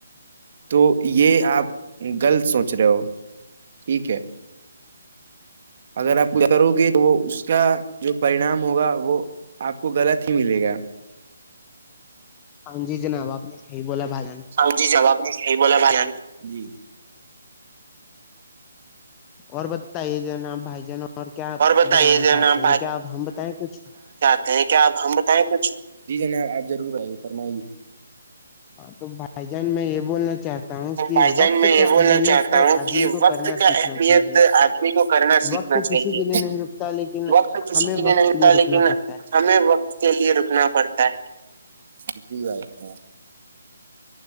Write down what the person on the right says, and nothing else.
تو یہ آپ غلط سوچ رہے ہو ٹھیک ہے اگر آپ کرو گے تو اس کا جو پریناام ہوگا وہ آپ کو غلط ہی ملے گا
س جی جاب میں ص بولا بان جی
بتائیے
جناب
نی کیا آپ ہم بتائیں کچھ جی جناب آپ ضرور بتائیے فرمائیے
تو
بھائی جان
میں یہ
بولنا
چاہتا ہوں
کہ
وقت
کا
اہمیت
س کو کرنا سیکھنا
چاہیے
وقت کسی
کے لیے
نہیںتا
لیکن
ہمیں وقت کے لیے رکنا پڑتا ہے جی بائی